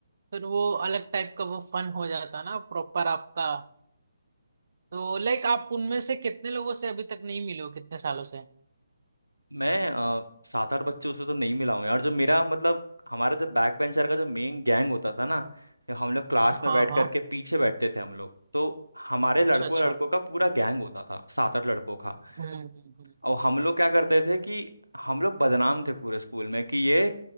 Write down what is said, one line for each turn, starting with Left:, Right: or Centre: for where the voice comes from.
Right: फिर वो अलग टाइप का वो फन हो जाता ना प्रॉपर आपका तो लाइक आप उनमें से कितने लोगों से अभी तक नहीं मिले हो कितने सालों से
Left: मैं अ, सात आठ बच्चों से तो नहीं मिला हूँ यार जो मेरा मतलब हमारा जो बैक बेंचर का जो मेन गैंग होता था ना जो हम लोग क्लास
Right: हाँ
Left: में बैठ
Right: हाँ
Left: करके पीछे बैठते थे हम लोग तो हमारे लड़कों
Right: अच्छा अच्छा
Left: लड़कों
Right: हम्म
Left: का पूरा गैंग होता था सात आठ लड़कों का
Right: हम्म, हम्म, हम्म।
Left: और हम लोग क्या करते थे कि हम लोग बदनाम थे पूरे स्कूल में कि ये